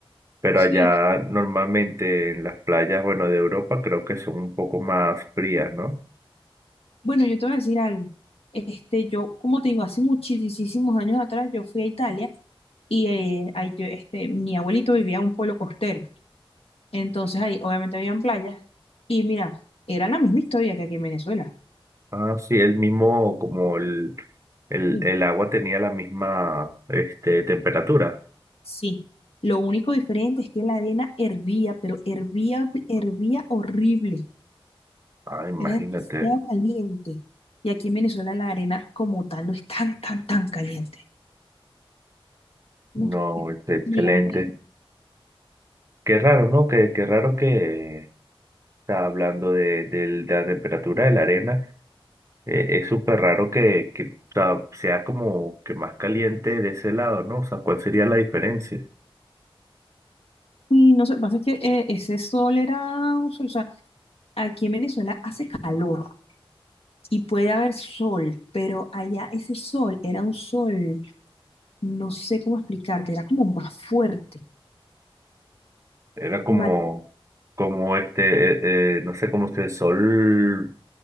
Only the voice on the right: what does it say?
Pero
allá normalmente en las playas, bueno, de Europa creo que son un poco más frías, ¿no?
Ah, sí, el mismo, como el, el,
el agua tenía la misma, este, temperatura.
Ah, imagínate.
No,
es excelente.
Qué raro, ¿no? Qué, qué raro que está hablando de, del- de la temperatura de la arena. Eh, es súper raro que, que o sea sea como que más caliente de ese lado, ¿no? O sea, ¿cuál sería la diferencia?
Era como,
como este, eh, eh, no sé, como si el sol